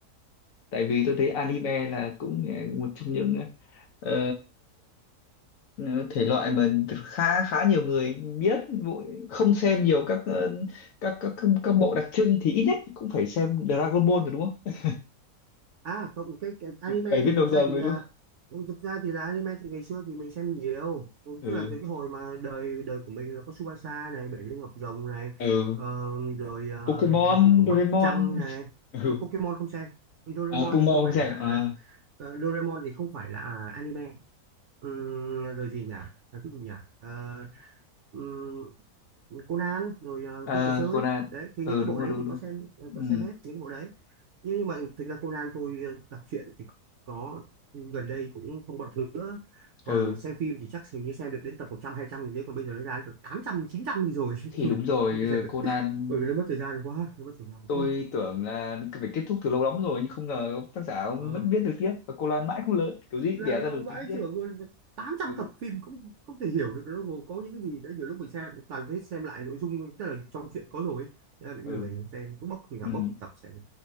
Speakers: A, on the left; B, on the right.
A: tại vì tôi thấy anime là cũng ờ, một trong những ờ, Ờ, thể loại mà khá khá nhiều người biết vụ- không xem nhiều các ờ, các các các, các bộ đặc trưng thì ít nhất cũng phải xem Dragon Ball rồi đúng không?
B: à không cái, cái anime
A: <laughs> Bảy viên
B: thì thực
A: đầu
B: ra
A: rồng
B: thì
A: rồi
B: là
A: đúng không?
B: thực ra thì là anime thì ngày xưa thì mình xem nhiều Ừ,
A: Ừ,
B: tức là từ cái hồi mà đời đời của mình là có Tsubasa này Bảy viên ngọc rồng này
A: ừ,
B: ờ, rồi ờ,
A: Pokemon,
B: thủy thủ
A: Doraemon,
B: mặt trăng này
A: <laughs> ừ,
B: Ờ, Pokemon không xem Doraemon
A: à, Puma
B: thì không
A: không
B: phải
A: xem,
B: là à,
A: à,
B: ờ, Doraemon thì không phải là anime Ừm, rồi gì nhỉ À, cái gì nhỉ Ờ, ừm, Conan rồi ờ, vua
A: à,
B: trò chơi
A: Conan,
B: đấy thì
A: ừ
B: những cái
A: đúng
B: bộ
A: rồi
B: đấy
A: đúng
B: thì
A: đúng,
B: có xem có
A: ừ,
B: xem hết những cái bộ đấy nhưng nhưng mà thực ra Conan tôi ờ, đọc truyện thì có gần đây cũng không còn đọc nữa còn
A: ừ
B: xem phim thì chắc hình như xem được đến tập một trăm hai trăm gì đấy còn bây giờ nó ra đến tập tám trăm chín trăm gì rồi
A: thì đúng
B: <laughs>
A: rồi ờ, Conan
B: bởi vì nó mất thời gian quá nó mất thời gian
A: tôi
B: quá
A: tưởng là phải kết thúc từ lâu lắm rồi nhưng không ngờ ông tác giả ông
B: ờ,
A: vẫn viết được tiếp và Conan mãi không lớn kiểu gì
B: là
A: cũng đẻ
B: lâu
A: ra được
B: vãi
A: tình tiết
B: chưởng luôn tám trăm
A: ừ
B: tập phim cũng không thể hiểu được nó gồm có những cái gì đấy nhiều lúc mình xem toàn thấy xem lại nội dung tức là trong truyện có rồi ấy. Thế là mình
A: ừ
B: cũng lười mình xem cứ bốc thì nào
A: ừ
B: bốc một tập xem